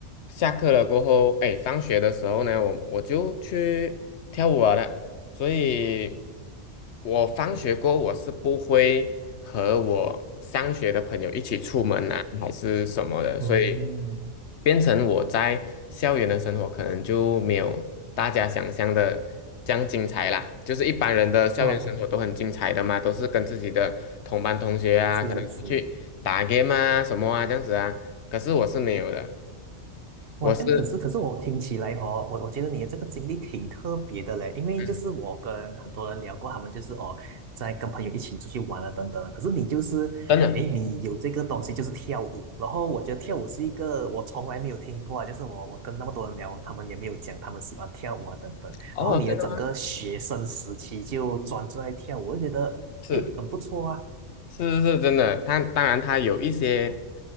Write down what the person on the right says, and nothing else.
嗯，
哇，
是是，
哇，
这样可是可是我听起来哦，我我觉得你的这个经历挺特别的嘞，因为就是我跟很多人聊过，
他们就是哦，在跟朋友一起出去玩啊等等啊，可是你就是，
诶，你有这个东西就是跳舞，然后我觉得跳舞是一个我从来没有听过啊，就是我我跟那么多人聊，他们也没有讲他们喜欢跳舞啊等等，
然后你的整个学生时期就专注在跳舞，
我就觉得诶很不错啊，